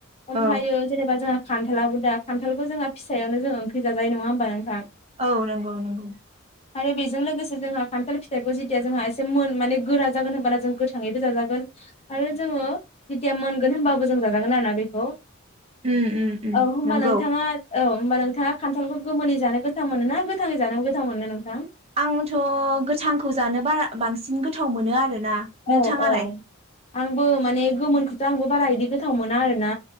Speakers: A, on the left (about 30°); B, on the right (about 30°).
A: ओमफ्राययो
B: औ
A: जेनेबा जोंहा खान्थालआबो दा खान्थालखौ जोंहा फिसायावनो जों ओंख्रि जाजानाय नङा होनोमबा नोंथां?
B: औ नंगौ नंगौ।
A: आरो बेजों लोगोसे जोंहा खान्थाल फिथाइखौ जेथिया जोंहा एसे मोन माने गोरा जागोन होनबाना जों गोथाङैबो जाजागोन आरो जोङो जेथिया मोनगोन होमबाबो जों जाजागोन आरोना बेखौ।
B: उम उम उम
A: औ होनबा
B: नंगौ
A: नोंथाङा औ होमबा नोंथाङा खान्थालखौ गोमोनोनि जानो गोथां मोनो ना गोथाङै जानो गोथां मोना नोंथां?
B: आंथ' गोथांखौ जानो बारा बांसिन गोथाव मोनो आरो ना नोंथाङालाय?
A: औ औ आंबो माने गोमोनखौथ' आंबो बारा इदि गोथाव मोना आरोना